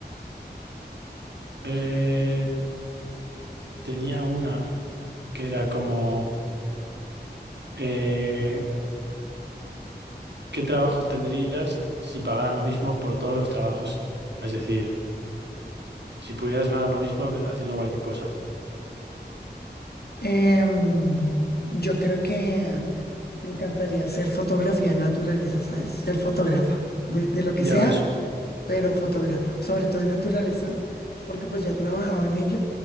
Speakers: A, on the right; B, on the left.
A: eh, tenía una que era como eh, ¿qué trabajo tendrías si pagaran lo mismo por todos los trabajos? Es decir, si pudieras ganar lo mismo de- haciendo cualquier cosa.
B: Em, yo creo que me encantaría hacer fotografía de naturaleza, ¿sabes? Ser fotógrafa, de, de lo que
A: Ya
B: sea,
A: ves.
B: pero fotógrafa, sobre todo de naturaleza, porque pues ya he trabajado en ello